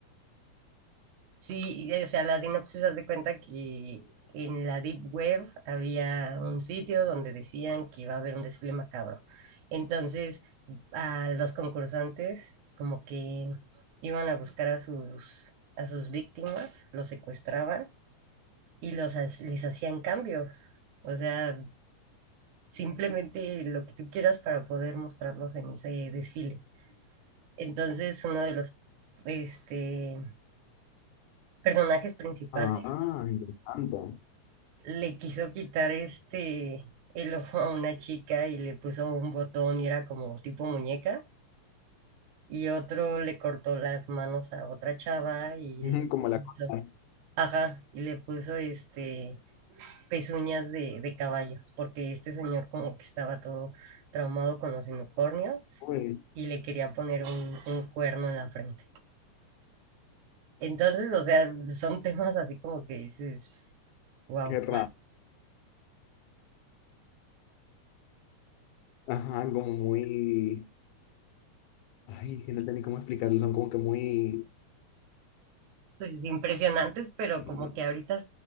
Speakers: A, on the right; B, on the left.
A: Sí, y, o sea, la sinopsis hace cuenta que en la Deep Web había un sitio donde decían que iba a haber un desfile macabro. Entonces, a los concursantes como que iban a buscar a sus, a sus víctimas, los secuestraban y los, ha- les hacían cambios. O sea, simplemente lo que tú quieras para poder mostrarlos en ese desfile. Entonces, uno de los este, personajes principales
B: Ah, interesante.
A: le quiso quitar este el ojo a una chica y le puso un botón y era como tipo muñeca. Y otro le cortó las manos a otra chava
B: <laughs>
A: y
B: Ujú,
A: le
B: Como la...
A: puso,
B: cosa.
A: ajá, y le puso este pezuñas de, de caballo, porque este señor como que estaba todo traumado con los unicornios
B: Uy,
A: y le quería poner un, un cuerno en la frente. Entonces, o sea, son temas así como que dices, wow.
B: qué raro. Ajá, como muy... Ay, que no sé ni cómo explicarlo, son como que muy...
A: pues, sí, impresionantes, pero
B: Mm,
A: como que ahorita,